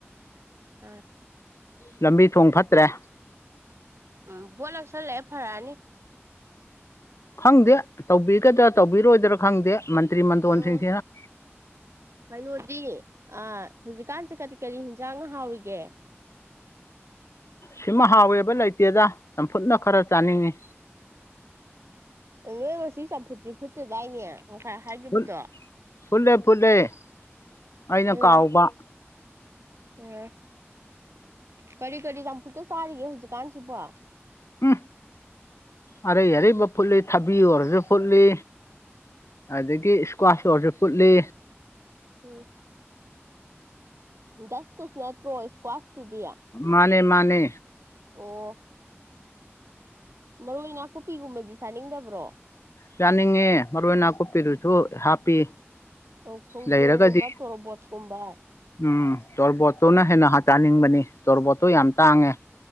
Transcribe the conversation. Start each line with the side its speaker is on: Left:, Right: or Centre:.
Right: ꯎꯝ
Left: ꯂꯝꯕꯤ ꯊꯣꯡ ꯐꯠꯇ꯭ꯔꯦ
Right: ꯎꯝ ꯕꯣꯠ ꯅꯛꯁꯜꯂꯛꯑꯦ ꯐꯔꯛꯑꯅꯤ
Left: ꯈꯪꯗꯦ ꯇꯧꯕꯤꯒꯗ꯭ꯔꯥ ꯇꯧꯕꯤꯔꯣꯏꯗ꯭ꯔꯥ ꯈꯪꯗꯦ ꯃꯟꯇ꯭ꯔꯤ ꯃꯟꯗꯣꯟꯁꯤꯡꯁꯤꯅ
Right: ꯎꯝ ꯎꯝ ꯀꯩꯅꯣꯗꯤ ꯑ ꯍꯧꯖꯤꯛꯀꯥꯟꯁꯦ ꯀꯔꯤ ꯀꯔꯤ ꯍꯤꯟꯖꯥꯡꯅ ꯍꯥꯎꯔꯤꯒꯦ
Left: ꯁꯤꯃ ꯍꯥꯎꯋꯦꯕ ꯂꯩꯇꯦꯗ ꯆꯝꯐꯨꯠꯅ ꯈꯔ ꯆꯥꯅꯤꯡꯉꯤ
Right: ꯑꯣꯋꯣ ꯁꯤ ꯆꯝꯐꯨꯠꯇꯤ ꯐꯨꯠꯇꯦ ꯗꯥꯏꯅꯦ ꯉꯁꯥꯏ ꯍꯥꯏꯒꯤꯕꯗꯣ
Left: ꯐꯨꯠ- ꯐꯨꯠꯂꯦ ꯐꯨꯠꯂꯦ ꯑꯩꯅ
Right: ꯑꯣ
Left: ꯀꯥꯎꯕ
Right: ꯎꯝ ꯀꯔꯤ ꯀꯔꯤ ꯆꯝꯐꯨꯠꯀ ꯆꯥꯔꯤꯒꯦ ꯍꯧꯖꯤꯛꯀꯥꯟꯁꯤꯕꯣ
Left: ꯎꯝꯍ ꯑꯔꯩ ꯑꯔꯩꯕ ꯐꯨꯠꯂꯤ ꯊꯕꯤ ꯑꯣꯏꯔꯁꯨ ꯐꯨꯠꯂꯤ ꯑꯗꯒꯤ ꯏꯁꯀ꯭ꯋꯥꯁ ꯑꯣꯏꯔꯁꯨ ꯐꯨꯠꯂꯤ
Right: ꯑꯣ ꯗꯁꯀꯨꯁ ꯅꯠꯇ꯭ꯔꯣ ꯏꯁꯀ꯭ꯋꯥꯁꯇꯨꯗꯤ
Left: ꯃꯥꯅꯦ ꯃꯥꯅꯦ
Right: ꯑꯣ ꯃꯔꯣꯏ ꯅꯥꯀꯨꯞꯄꯤꯒꯨꯝꯕꯗꯤ ꯆꯥꯅꯤꯡꯗꯕ꯭ꯔꯣ
Left: ꯆꯥꯅꯤꯡꯉꯦ ꯃꯔꯣꯏ ꯅꯥꯀꯨꯞꯄꯤꯗꯨꯁꯨ ꯍꯥꯞꯄꯤ
Right: ꯎꯝ ꯈꯣꯡꯗ꯭ꯔꯨꯝꯒꯨꯝꯕ
Left: ꯂꯩꯔꯒꯗꯤ
Right: ꯇꯣꯔꯣꯕꯣꯠꯀꯨꯝꯕ
Left: ꯎꯝ ꯇꯣꯔꯕꯣꯠꯇꯨꯅ ꯍꯦꯟꯅ ꯆꯥꯅꯤꯡꯕꯅꯤ ꯇꯣꯔꯕꯣꯠꯇꯣ ꯌꯥꯝ ꯇꯥꯡꯉꯦ